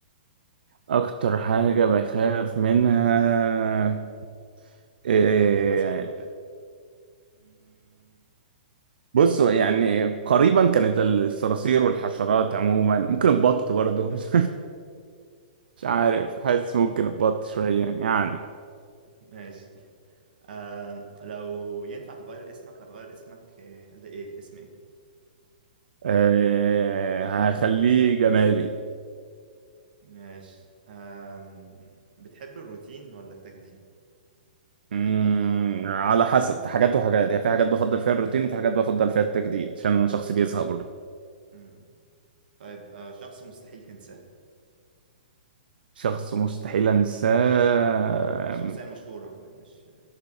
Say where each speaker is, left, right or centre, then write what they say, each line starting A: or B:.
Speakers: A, on the right; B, on the right.
A: اكتر حاجه بخاف منها إيه
B: فوبيا مثلا أو كده
A: بصوا يعني قريبا كانت الصراصير والحشرات عموما ممكن البط برضه <laughs> مش مش عارف حاسس ممكن البط شوية يعني
B: <laughs> ماشي آه لو ينفع تغير اسمك هتغير اسمك آه، لإيه اسم إيه
A: أه هخليه جمالي
B: ماشي آم، بتحب الروتين ولا التجديد
A: مم، على حسب في حاجات وحاجات يعني في حاجات بفضل فيها الروتين وفي حاجات بفضل فيها التجديد عشان انا شخص بيزهق برضه
B: مم. طيب آه شخص مستحيل تنساه
A: شخص مستحيل انساه
B: شخصية مشهورة مش